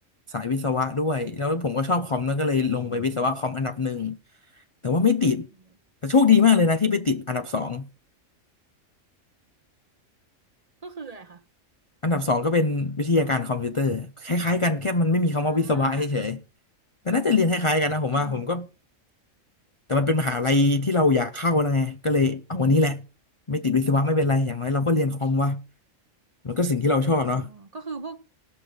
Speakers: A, on the left; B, on the right.
A: สายวิศวะด้วยแล้วผมก็ชอบคอมแล้วยก็เลยลงไปวิศวะคอมอันดับหนึ่ง
B: อืม
A: แต่ว่าไม่ติด
B: อืม
A: แต่โชคดีมากเลยนะที่ไปติดอันดับสอง
B: ก็คืออะไรคะ
A: อันดับสองก็เป็นวิทยาการคอมพิวเตอร์คล้ายๆกันแค่มันไม่มีคำว่าวิศวะเฉยๆแต่น่าจะเรียนคล้ายๆกันนะผมว่าผมก็
B: อ่าอืม
A: แต่มันเป็นมหาลัยที่เราอยากเข้าแล้วไงก็เลยเอาวันนี้แหละไม่ติดวิศวะไม่เป็นไรอย่างไรเราก็เรียนคอมวะ
B: โอเค
A: มันก็สิ่งที่เราชอบเนาะ
B: อ๋อก็คือพวก